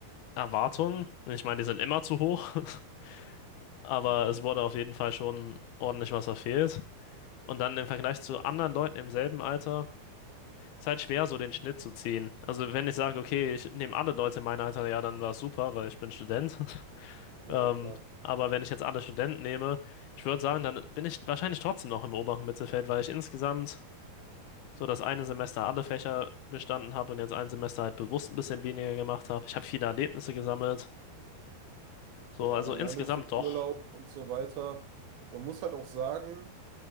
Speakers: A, on the left; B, on the right.
A: Erwartungen, und ich meine, die sind immer zu hoch, <laughs> aber
B: Ja,
A: es wurde auf jeden Fall schon ordentlich was verfehlt. Und dann im Vergleich zu anderen Leuten im selben Alter, ist halt schwer, so den Schnitt zu ziehen. Also wenn ich sage, okay, ich nehme alle Leute in meinem Alter, ja, dann war es super, weil ich bin Student. <laughs>
B: ja,
A: Ähm,
B: klar.
A: aber wenn ich jetzt alle Studenten nehme, ich würde sagen, dann bin ich wahrscheinlich trotzdem noch im oberen Mittelfeld, weil ich insgesamt so das eine Semester alle Fächer bestanden habe und jetzt ein Semester halt bewusst ein bisschen weniger gemacht habe. Ich habe viele Erlebnisse gesammelt. So,
B: Ja,
A: also insgesamt
B: allein durch den
A: doch.
B: Urlaub und so weiter. Man muss halt auch sagen,